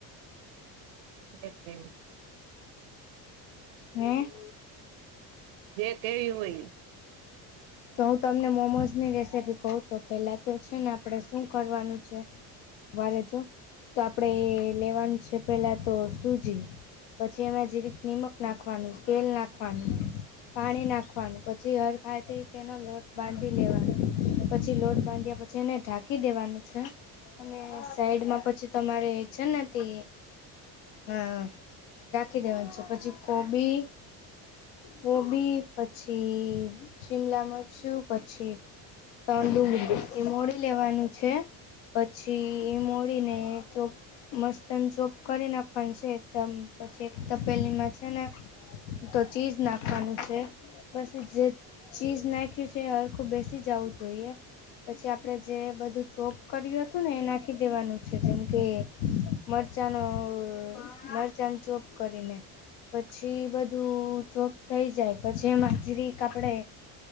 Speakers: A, on the right (about 70°); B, on the left (about 85°).
A: એ <unintelligible>
B: હે.
A: જે કેવી હોય?
B: તો હું તમને મોમોઝની રેસીપી કઉ તો પેલા તો છે ને આપડે શું કરવાનું છે. વારે જો તો, આપડે લેવાનું છે પેલા તો સુજી. પછી એમાં જે નિમક નાખવાનું તેલ નાખવાનું. પાણી નાખવાનું પછી હર ખાયતિ તેનો લોટ બાંધી લેવાનો, પછી લોટ બાંધ્યા પછી એને ઢાંકી દેવાનું છે. અને સાઈડમાં પછી તમારે છે ને તે હ રાખી દેવાની છે પછી કોબી. કોબી પછી શિમલા મરચું પછી તન ડુંગળી એ મોડી લેવાનું છે, પછી ઈ મોડી ને ચોપ મસ્તન ચોપ કરી નાખવાનું છે. તમ પછી એક તપેલીમાં છે ને, તો ચીઝ નાખવાનું છે બસ. જે ચીસ નાખ્યું એ સરખું બેસી જાઉં જોઈએ. પછી આપડે જે બધું ચોપ કર્યું હતું ને એ નાખી દેવાનું છે જેમ કે મરચાંનો મરચાંનો ચોપ કરીને. પછી બધું ચોપ થઈ જાય પછી એમાં જીરીક આપડે